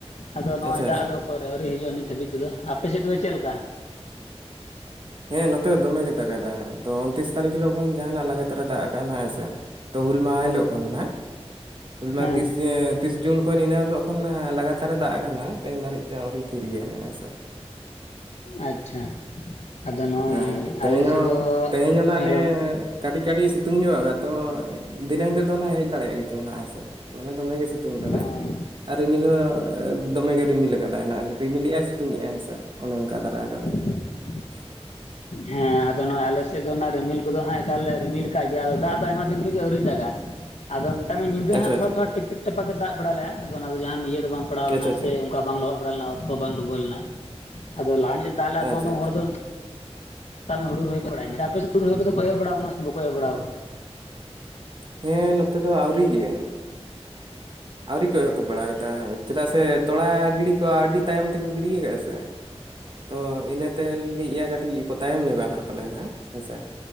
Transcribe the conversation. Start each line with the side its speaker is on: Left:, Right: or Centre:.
Left: ᱟᱫᱚ ᱱᱚᱜᱼᱚᱭ
Right: ᱟᱪᱪᱷᱟ
Left: ᱫᱟᱜ
Right: ᱟᱪᱪᱷᱟ
Left: ᱫᱚ ᱳᱠᱳᱨ ᱟᱹᱣᱨᱤ ᱦᱤᱡᱩᱜᱼᱟ ᱱᱤᱛ ᱦᱟᱹᱵᱤᱡ ᱛᱮᱫᱚ ᱟᱯᱮ ᱥᱮᱫ ᱫᱚ ᱪᱮᱫ ᱞᱮᱠᱟ
Right: ᱦᱮᱸ ᱱᱚᱛᱮ ᱫᱚᱢᱮ ᱜᱮ ᱫᱟᱜ ᱮᱫ ᱛᱚ ᱩᱱᱛᱨᱤᱥ ᱛᱟᱨᱤᱠᱷ ᱦᱤᱞᱳᱜ ᱠᱷᱚᱱ ᱡᱟᱦᱟᱱᱟᱜ ᱞᱟᱜᱟᱛᱟᱨ ᱨᱮ ᱫᱟᱜ ᱠᱟᱜ ᱱᱟᱦ ᱦᱮᱸᱥᱮ ᱛᱚ ᱦᱩᱞ ᱢᱟᱦᱟ ᱦᱤᱞᱳᱜ ᱠᱷᱚᱱ ᱱᱟᱦ ᱦᱩᱞ ᱢᱟᱦᱟ
Left: ᱦᱮᱸ
Right: ᱛᱤᱥ ᱛᱤᱥ ᱡᱩᱱ ᱠᱷᱚᱱ ᱤᱱᱟᱹ ᱦᱤᱞᱳᱜ ᱠᱷᱚᱱ ᱱᱟᱦ ᱞᱟᱜᱟᱛᱟᱨᱮ ᱫᱟᱜ ᱛᱮᱦᱮᱧ ᱫᱷᱟᱹᱨᱤᱡ ᱛᱮ ᱟᱹᱣᱨᱤ ᱛᱷᱤᱨ ᱜᱮᱭᱟ ᱦᱮᱸ ᱥᱮ
Left: ᱟᱪᱪᱷᱟ ᱟᱫᱚ ᱱᱚᱜᱼᱚᱭ
Right: ᱦᱮᱸ ᱛᱮᱦᱮᱧ
Left: ᱟᱞᱮ ᱥᱮᱫ
Right: ᱦᱚᱸ
Left: ᱫᱚ
Right: ᱛᱮᱦᱮᱧ ᱦᱚᱸ ᱱᱟᱜ
Left: ᱦᱮᱸ
Right: ᱱᱮ
Left: ᱨᱚᱲ ᱢᱮ
Right: ᱠᱟᱹᱴᱤᱡ ᱠᱟᱹᱴᱤᱡ ᱥᱤᱛᱩᱝ ᱧᱚᱜᱼᱟ ᱛᱚ ᱫᱷᱤᱱᱟᱹᱝ ᱛᱮᱫᱚ ᱱᱟᱦ ᱦᱮᱡ ᱫᱟᱲᱮᱭᱟᱜ ᱜᱮᱪᱚ ᱱᱟᱦ ᱦᱮᱸᱥᱮ ᱢᱟᱱᱮ ᱫᱚᱢᱮ ᱜᱤ ᱥᱤᱛᱩᱝ ᱟᱠᱟᱫᱟᱭ
Left: ᱦᱮᱸ
Right: ᱟᱨ ᱨᱤᱢᱤᱞ ᱦᱚᱸ ᱫᱚᱢᱮ ᱜᱮ ᱨᱤᱢᱤᱞ ᱟᱠᱟᱫᱟᱭ ᱱᱟᱦ ᱨᱤᱢᱤᱞ ᱮᱜᱼᱟᱭ ᱥᱤᱛᱩᱝ ᱮᱜᱼᱟᱭ ᱦᱮᱸᱥᱮ ᱚᱱᱮ ᱚᱱᱠᱟ ᱫᱷᱟᱨᱟ ᱟᱠᱟᱫᱟᱭ
Left: <inaudible>
Right: <inaudible>
Left: ᱦᱮᱸ ᱟᱫᱚ ᱱᱚᱜᱼᱚᱭ ᱟᱞᱮ ᱥᱮᱫ ᱫᱚ ᱱᱟᱜ ᱨᱤᱢᱤᱞ ᱠᱚ ᱫᱚ ᱦᱟᱸᱜ ᱮᱠᱟᱞᱮ ᱨᱤᱢᱤᱞ ᱟᱠᱟᱜ ᱜᱮᱭᱟ ᱟᱫᱚ ᱫᱟᱜ ᱫᱚ ᱟᱭᱢᱟ ᱫᱤᱱ ᱠᱷᱚᱱᱚᱜ ᱜᱮ ᱟᱹᱣᱨᱤ ᱫᱟᱜ-ᱟ ᱟᱫᱚ ᱢᱮᱛᱟᱢ ᱢᱮᱧ ᱧᱤᱫᱟᱹ
Right: ᱟᱪᱪᱷᱟ
Left: ᱦᱟᱸᱜ ᱛᱷᱚᱲᱟ
Right: ᱟᱪᱪᱷᱟ
Left: ᱛᱷᱚᱲᱟ ᱴᱤᱯᱤᱠ ᱴᱟᱯᱟᱠ ᱜᱮ ᱫᱟᱜ ᱵᱟᱲᱟ ᱞᱮᱜᱟ ᱟᱫᱚ ᱚᱱᱟ ᱡᱟᱦᱟᱸ ᱤᱭᱟᱹ ᱫᱚ ᱵᱟᱝ ᱯᱟᱲᱟᱣ ᱞᱮᱱᱟ
Right: ᱟᱪᱪᱷᱟ ᱟᱪᱪᱷᱟ
Left: ᱥᱮ ᱚᱱᱠᱟ ᱵᱟᱝ ᱞᱚᱦᱚᱫ ᱵᱟᱲᱟ ᱞᱮᱱᱟ ᱚᱛ ᱠᱚ ᱵᱟᱝ ᱰᱩᱵᱟᱹᱣ ᱞᱮᱱᱟ ᱟᱫᱚ ᱞᱟᱦᱟ ᱧᱚᱜ ᱫᱟᱜ ᱞᱮ ᱟᱫᱚᱢ
Right: ᱟᱪᱪᱷᱟ
Left: ᱟᱫᱚᱢ
Right: ᱟᱪᱪᱷᱟ
Left: ᱦᱚᱲ ᱫᱚ ᱢᱮᱛᱟᱜᱟ ᱢᱮ ᱦᱩᱲᱩ ᱨᱚᱦᱚᱭ ᱱᱟ ᱟᱯᱮ ᱥᱮᱫ ᱛᱤᱥ ᱨᱚᱭ ᱠᱚᱫᱚ ᱮᱦᱚᱵ ᱵᱟᱲᱟ ᱠᱟᱱᱟ ᱥᱮ ᱵᱟᱠᱚ ᱮᱦᱚᱵ ᱵᱟᱲᱟ ᱠᱟᱱᱟ
Right: ᱦᱮᱸ ᱱᱚ ᱛᱮ ᱫᱚ ᱟᱹᱣᱨᱤ ᱜᱮ ᱟᱹᱣᱨᱤ ᱠᱚ ᱮᱛᱚᱵ ᱵᱟᱲᱟ ᱠᱟᱫᱟ ᱪᱮᱫᱟᱜ ᱥᱮ ᱛᱚᱲᱟ ᱜᱤᱰᱤ ᱠᱚ ᱟᱹᱰᱤ ᱛᱟᱭᱚᱢ ᱛᱮᱠᱚ ᱜᱤᱰᱤᱭᱟ ᱟᱠᱟᱫᱼᱟ ᱥᱮ
Left: <inaudible>
Right: ᱛᱚ ᱤᱱᱟᱹ ᱛᱮ ᱞᱟᱹᱭᱮᱫᱼᱟ ᱠᱟᱹᱴᱤᱡ ᱠᱚ ᱛᱟᱭᱚᱢ ᱧᱚᱜᱼᱟ ᱱᱟᱜ ᱯᱟᱞᱮ ᱦᱟᱜ ᱦᱮᱸ ᱥᱮ